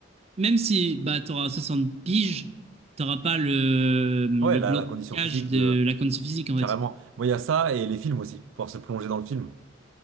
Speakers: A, on the right (about 35°); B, on the right (about 80°).
A: même si, bah, t'auras 60 piges, t'auras pas le, le
B: ouais, la,
A: blocage
B: la condition physique
A: de
B: de.
A: la condition physique, en
B: Carrément.
A: fait.
B: Moi, il y a ça et les films aussi. Pouvoir se plonger dans le film.